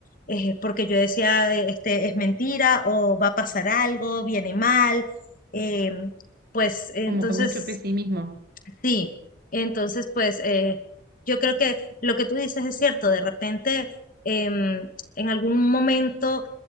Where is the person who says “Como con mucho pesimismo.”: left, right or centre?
Right